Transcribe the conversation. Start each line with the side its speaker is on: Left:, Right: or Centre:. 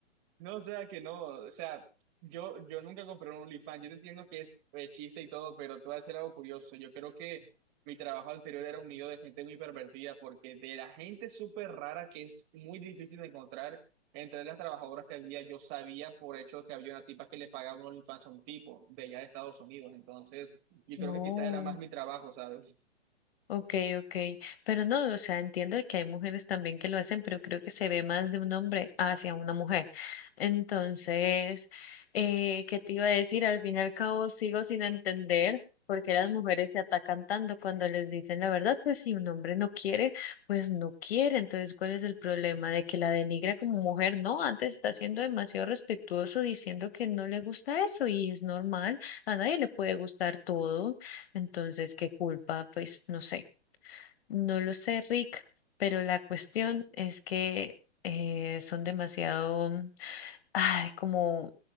Right: No, o sea que no, o sea, yo, yo nunca compré un OnlyFans, yo no entiendo que es eh, chiste y todo, pero te voy a decir algo curioso, yo creo que mi trabajo anterior era un nido de gente muy pervertida, porque de la gente súper rara que es muy difícil de encontrar, entre las trabajadoras que había, yo sabía por hecho que había una tipa que le pagaba un OnlyFans a un tipo de allá de Estados Unidos, entonces yo
Left: No.
Right: creo que quizás era más mi trabajo, ¿sabes?
Left: Ok, ok, pero no, o sea, entiendo de que hay mujeres también que lo hacen, pero creo que se ve más de un hombre hacia una mujer. Entonces, eh, ¿qué te iba a decir? Al fin y al cabo sigo sin entender por qué las mujeres se atacan tanto cuando les dicen la verdad, pues si un hombre no quiere, pues no quiere. Entonces, ¿cuál es el problema de que la denigra como mujer? No, antes está siendo demasiado respetuoso diciendo que no le gusta eso y es normal, a nadie le puede gustar todo, entonces, ¿qué culpa? Pues no sé. No lo sé, Rick, pero la cuestión es que eh, son demasiado, mm, ay, como,